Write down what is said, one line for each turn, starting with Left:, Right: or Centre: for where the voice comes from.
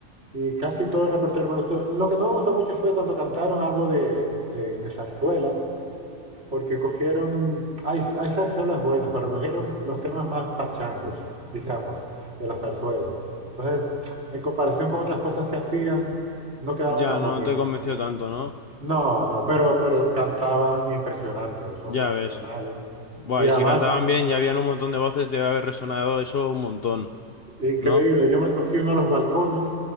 Right: Y casi todo el repertorio me gustó. Lo que no me gustó mucho fue cuando cantaron algo de, de- de zarzuela, porque cogieron, hay, hay zarzuelas buenas, pero cogieron los temas más pachangos, digamos, de la zarzuela. Entonces, en comparación con otras cosas que hacían, no quedaba
Left: Ya
Right: tan
Left: no
Right: bonito.
Left: te convenció tanto, ¿no?
Right: No, no, pero, pero cantaban impresionantes, son
Left: Ya
Right: profesionales.
Left: ves. Buah,
Right: Y además
Left: y si cantaban bien y habían un montón de voces, debe haber resonado eso un montón,
Right: Increíble,
Left: ¿no?
Right: yo me cogí uno de los balcones